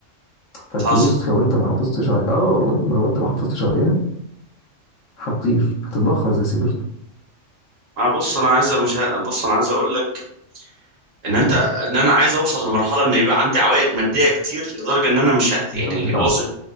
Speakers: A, on the left (about 75°); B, on the right (about 80°).
A: فالفلوس
B: بتهزر
A: لو أنت ما حافظتش عليها آه والله ما لو أنت ما حافظتش عليها هتطير هتتبخر زي سيبرتو
B: انا بص انا عايز مش ه... بص انا عايز اقول لك ان انت ان انا عايز اوصل لمرحله ان يبقى عندي عوائد ماديه كتير لدرجه ان انا مش ه...
A: من
B: يعني
A: غير ما تتعب
B: الوظيفه